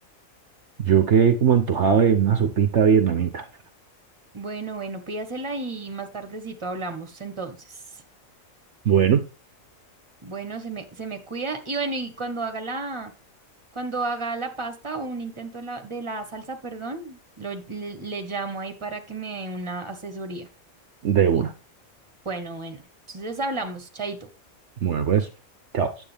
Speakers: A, on the right; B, on the right.
A: Yo quedé como antojado de una sopita vietnamita.
B: Bueno, bueno, pídasela y más tardecito hablamos entonces.
A: Bueno,
B: Bueno, se me, se me cuida. Y bueno, y cuando haga la, cuando haga la pasta o un intento de la, de la salsa, perdón, lo, le, le llamo ahí para que me dé una asesoría.
A: de una.
B: Bueno, bueno. Entonces hablamos, chaito.
A: Bueno, pues, chao.